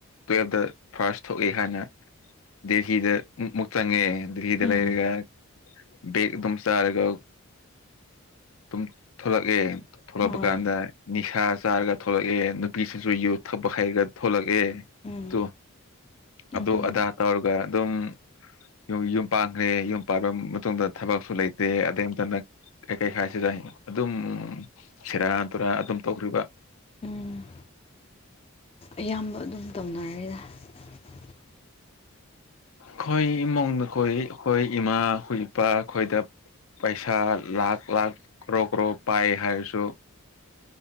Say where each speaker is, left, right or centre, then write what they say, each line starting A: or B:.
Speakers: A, on the left; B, on the left.
A: ꯇꯨꯌꯦꯞꯇ ꯐꯥꯔꯁ ꯊꯣꯛꯏ ꯍꯥꯏꯅ ꯗꯦꯜꯍꯤꯗ ꯃꯨꯛ ꯆꯪꯉꯦ ꯗꯤꯜꯂꯤꯗ
B: ꯎꯝ
A: ꯂꯩꯔꯒ ꯕꯦꯛ ꯑꯗꯨꯝ ꯆꯥꯔꯒ ꯇꯨꯝ ꯊꯣꯛꯂꯛꯑꯦ ꯊꯣꯛꯂꯛꯄ
B: ꯍꯣꯏ
A: ꯀꯥꯟꯗ ꯅꯤꯁꯥ ꯆꯥꯔꯒ ꯊꯣꯛꯂꯛꯑꯦ ꯅꯨꯄꯤꯁꯤꯡꯁꯨ
B: ꯍꯣꯏ
A: ꯌꯨ
B: ꯍꯣꯏ
A: ꯊꯛꯄ ꯍꯩꯔꯒ ꯊꯣꯛꯂꯛꯑꯦ
B: ꯎꯝ
A: ꯇꯨ ꯑꯗꯨ
B: ꯑꯗꯨꯅꯤ
A: ꯑꯗꯥꯥ ꯇꯧꯔꯒ ꯑꯗꯨꯝ ꯌꯣ ꯌꯨꯝ ꯄꯥꯟꯒꯔꯦ ꯌꯨꯝ ꯄꯥꯟꯕ ꯃꯇꯨꯡꯗ ꯊꯕꯛꯁꯨ ꯂꯩꯇꯦ ꯑꯗꯩ ꯑꯝꯇ ꯅꯛ ꯀꯩ ꯀꯩ ꯍꯥꯏꯁꯤꯔ ꯑꯗꯨꯝ ꯁꯦꯔꯥꯟ ꯇꯨꯔꯥꯟ ꯑꯗꯨꯝ ꯇꯧꯈ꯭ꯔꯤꯕ
B: ꯎꯝ ꯑꯌꯥꯝꯕ ꯑꯗꯨꯝ ꯇꯧꯅꯔꯦꯗ <inaudible>
A: ꯈꯣꯏ ꯏꯃꯨꯡꯗꯈꯣꯏ ꯑꯈꯣꯏ ꯏꯃꯥ ꯑꯈꯣꯏ ꯏꯄꯥ ꯑꯈꯣꯏꯗ ꯄꯩꯁꯥ ꯂꯥꯛ ꯂꯥꯛ ꯀ꯭ꯔꯣ ꯀ꯭ꯔꯣ ꯄꯥꯏ ꯍꯥꯏꯔꯁꯨ